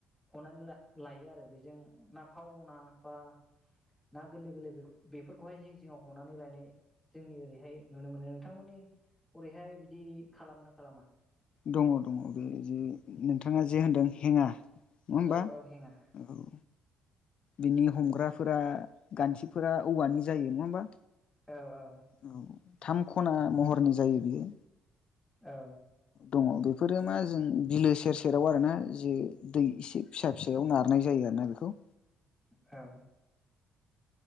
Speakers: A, in the centre; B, on the left (about 50°).
A: हनानै ला-लायो आरो बेजों ना फावना बा। ना गोरलै गोरलै बे-बेफोरखौहाय जिं जिंआव हनानै लायनाय। जोंनि ओरैहाय नुनो मोनो नोंथांमोननि हरैहाय बिदि खालामो ना खालामा?
B: दङ दङ बे जे नोंथाङा जे होनदों हेंङा नङा होमबा।
A: औ औ हेङा
B: औ। बिनि हमग्राफोरा गान्थिफोरा औवानि जायो नङा होमबा।
A: औ औ।
B: औ थाम खना महरनि जायो बियो।
A: औ।
B: दङ बेफोरो मा जों बिलो सेर सेराव आरोना जे दै एसे फिसा। फिसायाव नारनाय जायो आरोना बेखौ।
A: औ।